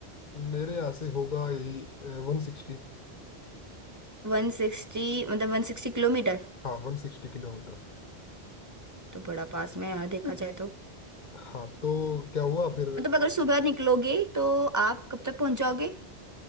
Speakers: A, on the left; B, on the right.
A: मेरे यहाँ से होगा यही वन सिक्सटी
B: One sixty मतलब वन सिक्सटी किलोमीटर
A: हाँ वन सिक्सटी किलोमीटर
B: तो बड़ा पास में है यार देखा जाए तो
A: हाँ तो क्या हुआ फिर
B: मतलब अगर सुबह निकलोगे तो आप कब तक पहुंच जाओगे